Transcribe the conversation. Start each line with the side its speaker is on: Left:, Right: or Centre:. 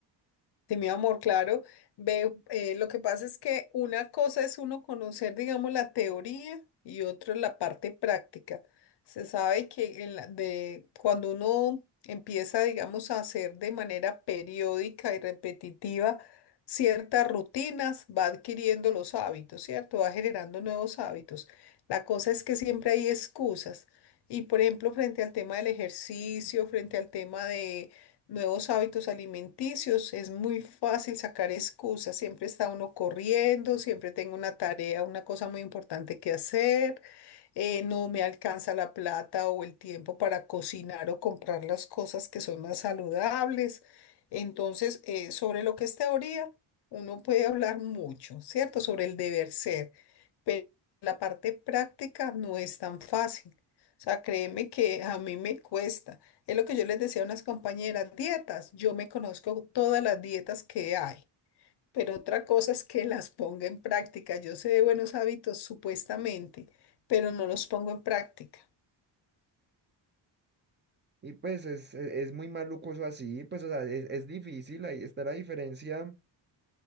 Left: Sí, mi amor, claro. Ve, eh, lo que pasa es que una cosa es uno conocer, digamos, la teoría y otra la parte práctica. Se sabe que en la- de, cuando uno empieza, digamos, a hacer de manera periódica y repetitiva ciertas rutinas, va adquiriendo los hábitos, ¿cierto? Va generando nuevos hábitos. La cosa es que siempre hay excusas. Y, por ejemplo, frente al tema del ejercicio, frente al tema de nuevos hábitos alimenticios, es muy fácil sacar excusas, siempre está uno corriendo, siempre tengo una tarea, una cosa muy importante que hacer, eh, no me alcanza la plata o el tiempo para cocinar o comprar las cosas que son más saludables. Entonces, eh, sobre lo que es teoría, uno puede hablar mucho, ¿cierto? Sobre el deber ser, pero la parte práctica no es tan fácil. O sea, créeme que a mí me cuesta. Es lo que yo les decía a unas compañeras, dietas. Yo me conozco todas las dietas que hay, pero otra cosa es que las ponga en práctica. Yo sé de buenos hábitos supuestamente, pero no los pongo en práctica.
Right: Y pues es, e- es muy maluco eso así, pues o sea, es, es difícil, ahí está la diferencia,